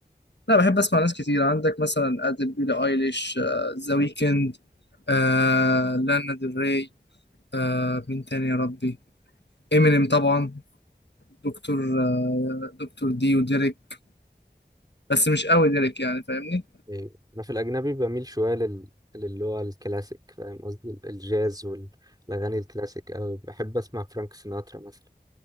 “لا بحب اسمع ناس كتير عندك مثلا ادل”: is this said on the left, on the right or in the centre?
Left